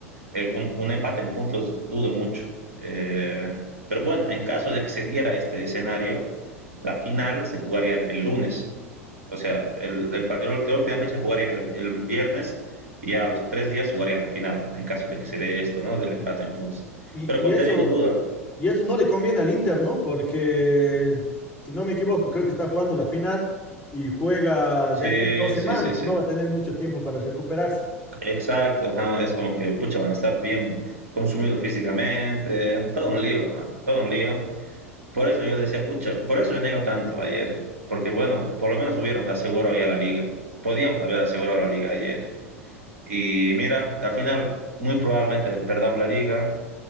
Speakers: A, on the right (about 75°); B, on the left (about 20°).
A: eh, un, un, empate en puntos dudo mucho. Eh, pero bueno, en caso de que se diera este escenario, la final se jugaría el, el lunes. O sea, el, el, el, la última fecha jugaría el, el viernes y a los tres días jugarían la final, en caso de que se dé esto, ¿no? Del empate en puntos.
B: Y,
A: Pero
B: y
A: como
B: eso,
A: te digo, duda.
B: y eso no le conviene al Inter, ¿no? Porque, si no me equivoco, creo que está jugando la final y juega de
A: Sí,
B: aquí dos semanas.
A: sí, sí, sí.
B: No va a tener mucho tiempo para recuperarse.
A: Exacto. Ajá. Es como que, pucha, van a estar bien consumidos físicamente. Todo un lío, man. Todo un lío. Por eso yo decía, pucha, por eso yo nego tanto ayer, porque bueno, por lo menos hubieron asegurado ya la liga. Podíamos haber asegurado la liga ayer. Y mira, al final muy probablemente perdamos la liga.